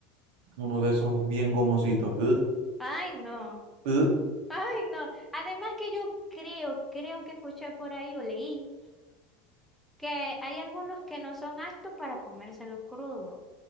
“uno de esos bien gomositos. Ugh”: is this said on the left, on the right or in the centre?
Right